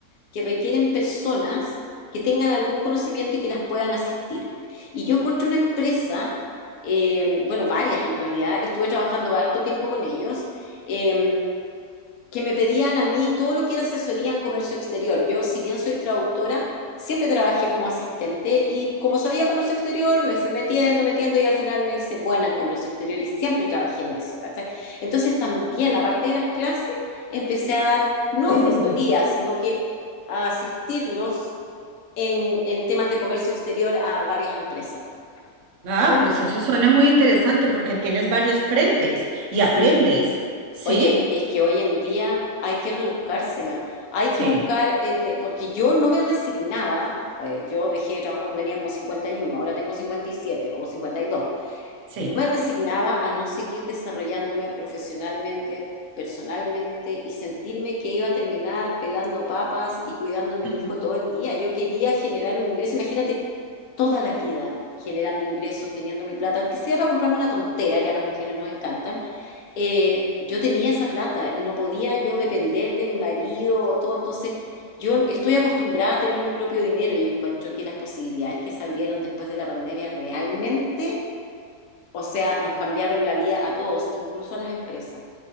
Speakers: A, on the left; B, on the right.
A: que requieren personas que tengan algún conocimiento y que las puedan asistir. Y yo encontré una empresa, eh, bueno, varias en realidad, estuve trabajando harto tiempo con ellos, eh, que me pedían a mí todo lo que era asesoría en comercio exterior. Yo, si bien soy traductora, Siempre trabajé como asistente y como sabía comercio exterior, me fui metiendo, metiendo y al final me hice buena en comercio exterior y siempre trabajé en eso, ¿cachai? Entonces también, aparte de las clases, empecé a dar, no asesorías, <clears throat> sino que a asistirlos en, en temas de comercio exterior a varias empresas.
B: Ah,
A: Tú,
B: pues eso suena muy interesante porque tienes varios frentes y
A: sí,
B: aprendes. ¿Sí?
A: Oye, es que hoy en día hay que rebuscársela, hay
B: Sí,
A: que buscar el de, porque yo no me resignaba, eh, yo dejé de trabajar cuando tenía como 51, ahora tengo 57 o 52.
B: sí.
A: No me resignaba a no seguir desarrollándome profesionalmente, personalmente y sentirme que iba a terminar pelando papas y cuidando a mi
B: <laughs>
A: hijo todo el día. Yo quería generar un ingreso, imagínate, toda la vida generando ingresos, teniendo mi plata, aunque sea para comprarme una tontera que a las mujeres nos encantan. eh, yo tenía esa plata y no podía yo depender de mi marido o todo. Entonces, yo estoy acostumbrada a tener mi propio dinero y encuentro que las posibilidades que se abrieron después de la pandemia realmente o sea, nos cambiaron la vida a todos, incluso a las empresas.